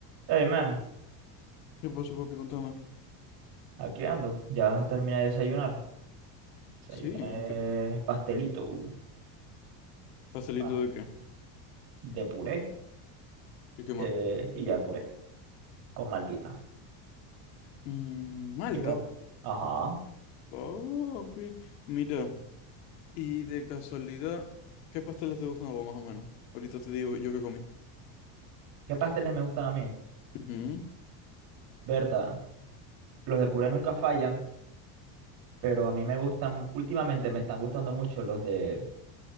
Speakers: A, on the right; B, on the left.
A: Hey, man,
B: ¿Qué pasó, papi? Contame.
A: aquí ando. Ya terminé de desayunar. Desayuné
B: Sí, ¿qué-
A: pastelito uh,
B: ¿pastelito
A: pas-
B: de qué?
A: de puré
B: ¿Y qué más?
A: eh, y ya puré con maltita.
B: Mm, Malta.
A: ¿Y vos? Ajá.
B: Papi, mira, y de casualidad, ¿qué pasteles te gustan a vos más o menos? Ahorita te digo yo qué comí.
A: ¿Qué pasteles me gustan a mí?
B: Ujú.
A: Berta, los de puré nunca fallan, pero a mí me gustan, últimamente me están gustando mucho los de